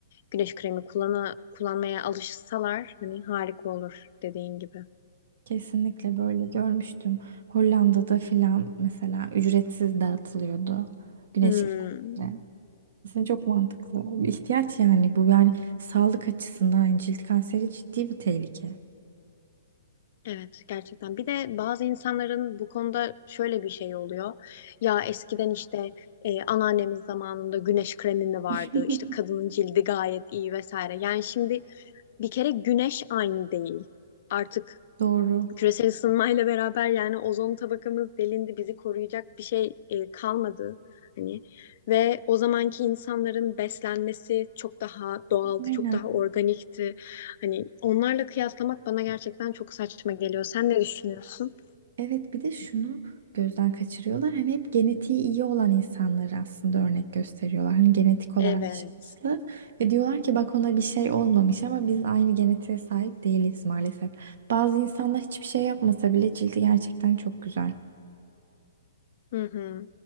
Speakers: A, on the left (about 55°); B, on the right (about 65°).
A: güneş kremi kullana, kullanmaya alışsalar hani harika olur dediğin gibi.
B: Kesinlikle böyle görmüştüm. Hollanda'da filan mesela ücretsiz dağıtılıyordu. Güneş
A: Hmm.
B: kremleri. Aslında çok mantıklı. Bir ihtiyaç yani bu. Yani sağlık açısından cilt kanseri ciddi bir tehlike.
A: Evet gerçekten. Bir de bazı insanların bu konuda şöyle bir şey oluyor. Ya eskiden işte e, anneannemiz zamanında güneş kremi mi vardı?
B: <laughs>
A: İşte kadının cildi gayet iyi vesaire. Yani şimdi bir kere güneş aynı değil. Artık
B: Doğru.
A: Küresel ısınmayla beraber yani ozon tabakamız delindi, bizi koruyacak bir şey e, kalmadı hani ve o zamanki insanların beslenmesi çok daha doğaldı,
B: Aynen.
A: çok daha organikti. Hani onlarla kıyaslamak bana gerçekten çok saçma geliyor. Sen ne düşünüyorsun?
B: Evet bir de şunu gözden kaçırıyorlar. Hani hep genetiği iyi olan insanları aslında örnek gösteriyorlar. Hani genetik olarak
A: Evet.
B: şanslı. Ve diyorlar ki bak ona bir şey olmamış ama biz aynı genetiğe sahip değiliz maalesef. Bazı insanlar hiçbir şey yapmasa bile cildi gerçekten çok güzel.
A: Hı hı.